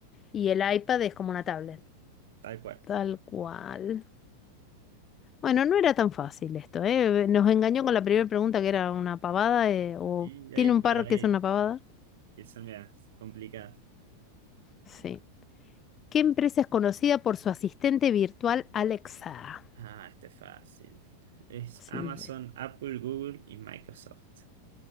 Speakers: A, on the left; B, on the right.
A: Y el iPad es como una tablet,
B: tal cual.
A: tal cual. Bueno, no era tan fácil esto, ¿eh? Nos engañó con la primera pregunta que era una pavada, eh, o
B: Y hay
A: ¿tiene
B: un
A: un
B: par
A: par
B: ahí
A: que es una pavada?
B: que son medias complicadas.
A: Sí. ¿Qué empresa es conocida por su asistente virtual Alexa?
B: Ah, este es fácil. Es
A: Sí,
B: Amazon, Apple, Google y Microsoft.